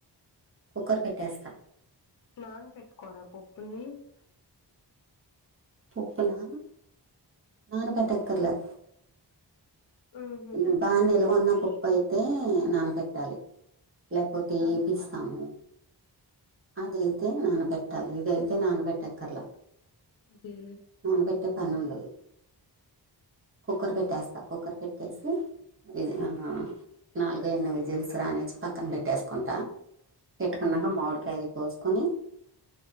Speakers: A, on the right; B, on the left.
A: కుక్కర్ పెట్టేస్తా
B: నాన్ పెట్టుకోరా పప్పుని
A: పప్పు నా నాన పెట్టక్కర్లే
B: ఉహు
A: ఉమ్ బా నిలవొన్న పప్పు అయితే నానపెట్టాలి లేకపోతే
B: ఆ
A: ఏపిస్తాము అదయితే నానబెట్టాలి ఇదయితే నానబెట్టక్కర్లా
B: అదే
A: నానబెట్టే పని ఉండదు కుక్కర్ పెట్టేస్తా కుక్కర్ పెట్టేసి విజిల్ నాలుగయినా విజుల్స్ రానిచ్చి పక్కన పెట్టేసుకుంటా పెట్టుకున్నాక మామిడికాయది కోసు కుని